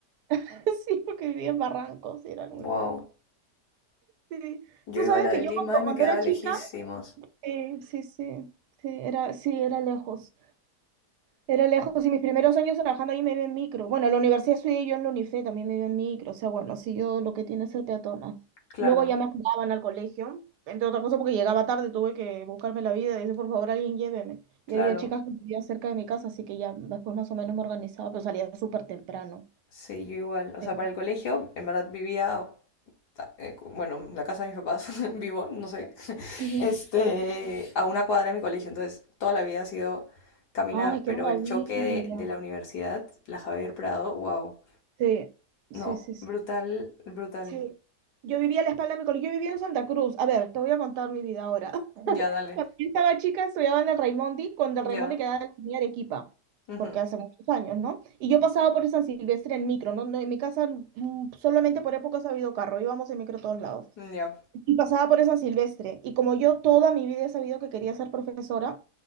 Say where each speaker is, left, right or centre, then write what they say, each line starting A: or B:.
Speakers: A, on the right; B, on the left.
A: <laughs> Sí, porque vivía en Barrancos y era muy
B: Wow.
A: lejos. Sí.
B: Yo
A: Tú
B: iba
A: sabes
B: a la de
A: que yo
B: Lima
A: cuando
B: y me
A: cuando
B: quedaba
A: era
B: lejísimos.
A: chica, eh, sí, sí, sí, era, sí, era lejos. Era lejos y mis primeros años trabajando ahí me iba en micro. Bueno, en la universidad estudié yo en la UNIFE, también me iba en micro. O sea, bueno, si yo lo que tiene es ser peatona.
B: Claro,
A: Luego ya me mandaban al colegio, entre otras cosas porque llegaba tarde, tuve que buscarme la vida y decir, por favor, alguien lléveme.
B: claro.
A: Y había chicas que vivían cerca de mi casa, así que ya después más o menos me organizaba, pero salía súper temprano.
B: Sí, yo igual. O
A: Sí.
B: sea, para el colegio, en verdad vivía, eh, cu- bueno, en la casa de mis papás, <laughs> vivo, no sé, <laughs>
A: Ujú.
B: este, a una cuadra de mi colegio. Entonces, toda la vida ha sido caminar,
A: Ay, qué
B: pero
A: maravilla.
B: el choque de, de la universidad, la Javier Prado, wow.
A: Sí, sí,
B: No,
A: sí, sí.
B: brutal, brutal.
A: Sí. Yo vivía a la espalda de mi colegio, yo vivía en Santa Cruz. A ver, te voy a contar mi vida ahora.
B: Ya, dale.
A: Cuando yo estaba chica estudiaba en el Raimondi, cuando el
B: Ya.
A: Raimondi quedaba en la avenida Arequipa,
B: ujú,
A: porque hace muchos años, ¿no? Y yo pasaba por el San Silvestre en micro, ¿no? No, En mi casa mm, solamente por épocas ha habido carro, íbamos en micro a todos lados.
B: Ya.
A: Y pasaba por esa Silvestre. Y como yo toda mi vida he sabido que quería ser profesora,